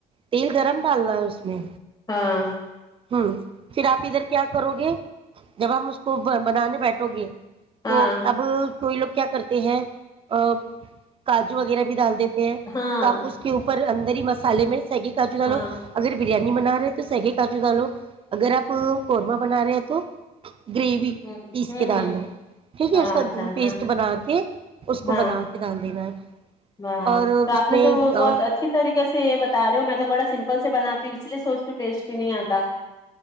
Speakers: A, on the right (about 30°); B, on the left (about 25°).
A: تیل گرم ڈالناا ہے اس میں
B: ہاں
A: ہاں پھر آپ ادھر کیا کرو گے جب ہم اس کو بنانے بیٹھو گے
B: ہاں
A: تو اب تھئی لوگ کیا کرتے ہیں ا کاجو وغیرہ بھی ڈال دیتے ہیں
B: ہاں
A: تو آپ اس کے اوپر اندر ہی مسالے میں سیگی کاجو ڈالو
B: ہاں
A: اگر بریانی بنا رہے تو س کاجو ڈالو اگر آپ قورما بنا رہے ہیں تو گریوی
B: ہ
A: پیس
B: ہ
A: کے ڈال دو ٹھیک ہے
B: ہاں
A: اس کا
B: اچھا
A: پیسٹ
B: ہاں
A: بنا کے اس کو
B: ہاں
A: بنا کے ڈال دینا ہے
B: ہاں
A: اور اس
B: تو آپ نے
A: میں
B: تو بہت اچھی طریقے سے یہ بتا رہے ہو میں تو بڑا سمپل سے بناتی ہوں اس لیے سوچتی ٹیسٹ بھی نہیں آتا